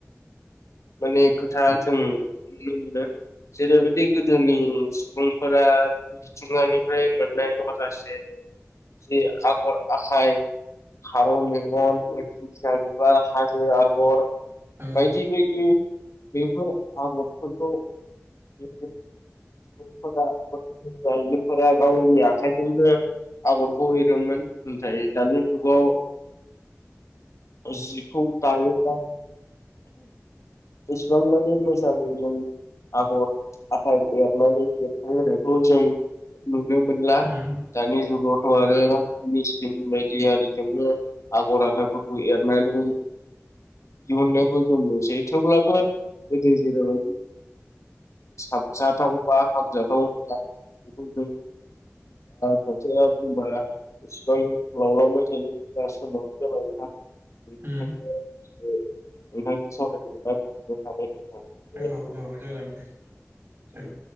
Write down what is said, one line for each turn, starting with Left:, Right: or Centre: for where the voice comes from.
Left: माने खोथा जों नुनो मोनो। जेरैबायदि गोदोनि सुबुंफोरा मिथिङानिफ्राय मोननाय माखासे जि आगर आखाय फारौ मेगन दिंखिया बिबार हाजो आगर
Right: औ
Left: बायदि बायदि बेफोर आगरफोरखौ बे बर'फोरा आइजोफोरा गावनि आखाइजोंनो आगरखौ एरोमोन नाथाय दानि जुगाव जि खौ दायोब्ला एसेबां मानि मोजां मोनो आगर आखाइ एरनानै एरथ होनायखौ जों नुनो मोनला
Right: नंगौ
Left: दानि जुगावथ' आरो मेचिन बायदि आरिजोंनो आगर आखाइफोरखौ एरनाय <unintelligible> दिहुननायखौ जनो'सै थेवब्लाबो गोदो जेरैबायदि साबजाथाव बा हामजाथाव ना ओ खोथाया बुंबा इसेबां लावलांबाय थायो जा साबो जाबाया बेनिखायनो
Right: उम
Left: नोंथांनि सावरायनो मोनना गोजोननाय थाबाय नोंथां
Right: औ औ जागोन दे जागोन